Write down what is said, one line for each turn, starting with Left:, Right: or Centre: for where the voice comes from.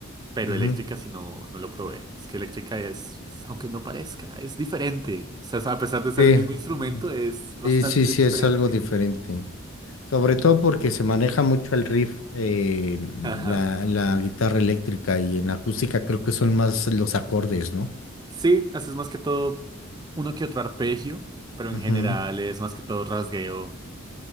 Right: pero
Left: Ujú.
Right: eléctrica si no, no lo probé. Es que eléctrica es, es- aunque no parezca, es diferente. O sea, a pesar de ser
Left: Sí,
Right: el mismo instrumento,
Left: mm,
Right: es bastante
Left: sí, sí, sí,
Right: diferente.
Left: es algo diferente. Sobre todo porque se maneja mucho el riff, eh,
Right: Ajá.
Left: la, la guitarra eléctrica y en acústica creo que son más los acordes, ¿no?
Right: Sí, haces más que todo uno que otro arpegio, pero
Left: Ujú,
Right: en general es más que todo rasgueo